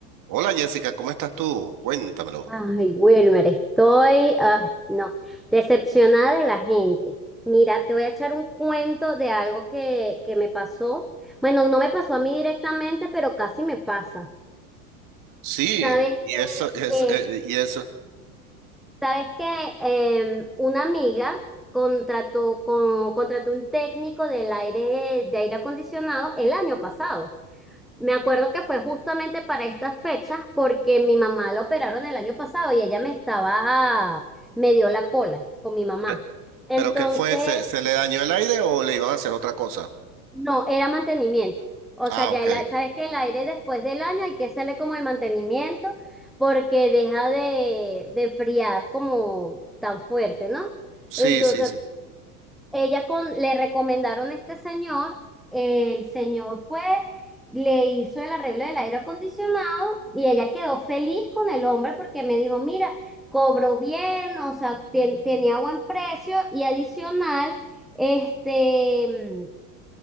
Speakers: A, on the right; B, in the centre.
A: Hola Jessica, ¿cómo estás tú? Cuéntamelo.
B: Ay, Wilmer, estoy, ay, no, decepcionada de la gente. Mira, te voy a echar un cuento de algo que, que me pasó. Bueno, no me pasó a mí directamente, pero casi me pasa.
A: Sí,
B: Sabes
A: y
B: que,
A: eso, es,
B: eh,
A: eh, y eso.
B: sabes que eh, una amiga contrató, con- contrató un técnico del aire, de aire acondicionado el año pasado. Me acuerdo que fue justamente para estas fechas porque mi mamá la operaron el año pasado y ella me estaba, ah, me dio la cola con mi mamá.
A: Pe-
B: Entonces,
A: ¿Pero qué fue? ¿Se, se le dañó el aire o le iban a hacer otra cosa?
B: no, era mantenimiento. O sea,
A: Ah,
B: ya
A: ok.
B: el a- sabes que el aire después del año hay que hacerle como el mantenimiento porque deja de, de enfriar como tan fuerte, ¿no?
A: Sí,
B: Entonces,
A: sí, sí.
B: ella con, le recomendaron a este señor, el señor fue, le hizo el arreglo del aire acondicionado y ella quedó feliz con el hombre porque me dijo, mira, cobró bien, o sea, ten- tenía buen precio y adicional, este,